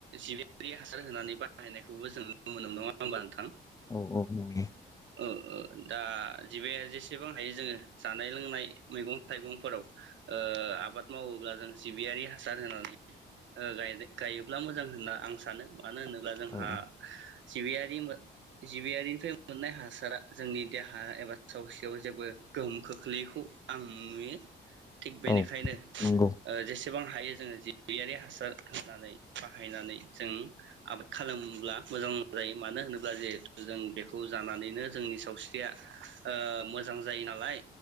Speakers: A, on the right; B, on the left.
A: जिबियारि हासार होनानै बाहायनायखौबो जों नु मोनो नङा होनबा नोंथां
B: औ औ नुयो
A: ओ ओ दा जिबाया जेसेबां हायो जोङो जानाय लोंनाय मैगं थाइगं फोराव ओ आबाद मावोब्ला जों जिबियारि हासार होनानै ओ गायोब्ला मोजां होनना आं सानो मानो होनोब्ला जोंहा
B: औ
A: जिबियारि जिबियारिनिफ्राय मोननाय हासारा जोंनि देहा एबा सावस्रियाव जेबो गोहोम खोख्लैखौ आं नुयो थिग बेनिखायनो
B: औ नंगौ
A: ओ जेसे - सेबां हायो जोङो जिगैयारि हासार होननानै बाहायनानै सेबां हायोजों आबाद खालामोब्ला मोजां जायो मानो होनोब्ला जिहेथु जों बेखौ जानानैनो जोंनि सावस्रिया मोजां जायो नालाय